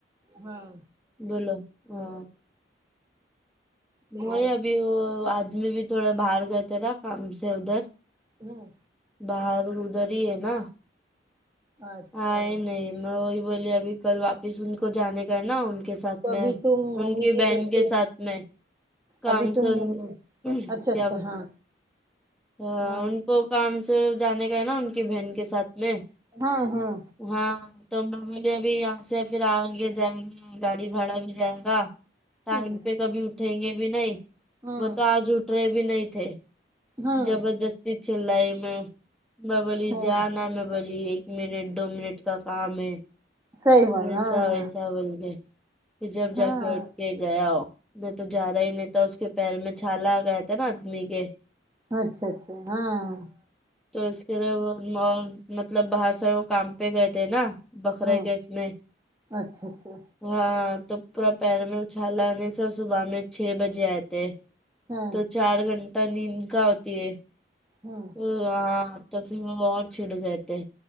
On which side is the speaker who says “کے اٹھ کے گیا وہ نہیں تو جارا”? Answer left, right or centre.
Centre